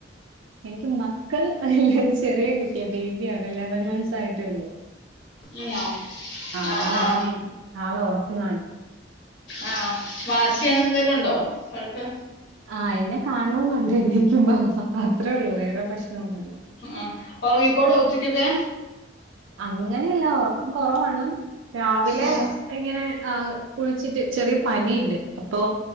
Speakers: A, on the right; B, on the left.
A: എനിക്ക് മക്കൾ ഇല്ല ചെറിയ കുട്ടിയ ബേബിയാണ് ഇലവൻ മന്ത്സ് ആയിട്ടെള്ളു
B: ആണോ
A: അവൻ
B: ആഹ് ആഹ്
A: ഒറങ്ങു ആള് ഒറങ്ങുആണ്
B: ആഹ് വാശി അങ്ങനെ എന്തെലും ഒണ്ടോ അൾക്ക്
A: ആഹ് എന്നെ കാണണം എന്നുണ്ട് എണീക്കുമ്പം അത്രെ ഒള്ളൂ വേറെ പ്രശ്നം ഒന്നുല്ല
B: ആഹ് ഒറങ്ങിക്കോള്വൊ ഉച്ചയ്ക്കൊക്കെ
A: അങ്ങനെയല്ല ഒറക്കം കൊറവാണ് രാവിലെ
B: ഉം
A: ഇങ്ങനെ ആ കുളിച്ചിട്ട് ചെറിയ പനിയുണ്ട് അപ്പോം